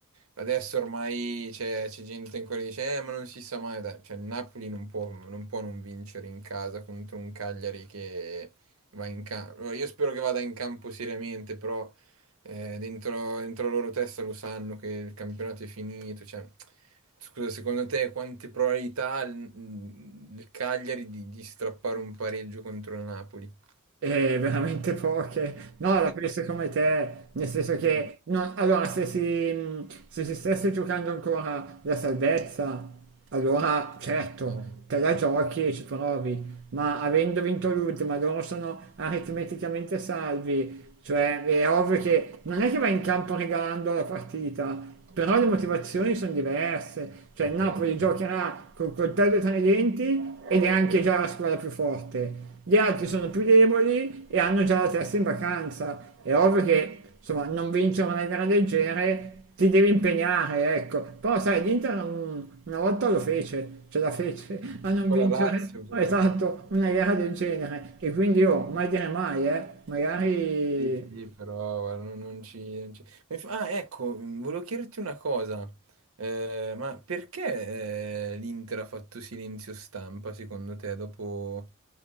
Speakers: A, on the right; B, on the right.
A: Adesso ormai c'è c'è gente che ancora che dice, eh, ma non si sa mai, dai, cioè, il Napoli non può, non può non vincere in casa contro un Cagliari che va in campo. Io spero che vada in campo seriamente, però eh, dentro, dentro la loro testa lo sanno che il campionato è finito, cioè... Scusa, secondo te quante probabilità ha il il Cagliari di, di strappare un pareggio contro il Napoli?
B: Eh, veramente poche. No, la penso come te, nel senso che
A: Eh,
B: no, allora se si, se si stesse giocando ancora la salvezza, allora certo,
A: eh,
B: te la giochi e ci provi, ma avendo vinto l'ultima, loro sono aritmeticamente salvi, cioè è ovvio che non è che vai in campo regalando la partita, però le motivazioni sono diverse, cioè
A: esatto.
B: il Napoli giocherà col coltello tra i denti ed è anche già la squadra più forte. Gli altri sono più deboli e hanno già la testa in vacanza. È ovvio che, insomma, non vincere una gara del genere ti devi impegnare, ecco. Però sai, l'Inter un- una volta lo fece, ce la fece <laughs> a non
A: Ancora
B: vincere,
A: Lazio però.
B: esatto, una gara del genere. E quindi io, mai dire mai, eh, magari...
A: Sì, sì, però guarda, non, non ci, non ci- Mi fa- Ah, ecco, mh, volevo chiederti una cosa. Eh, ma perché eh, l'Inter ha fatto silenzio stampa, secondo te, dopo,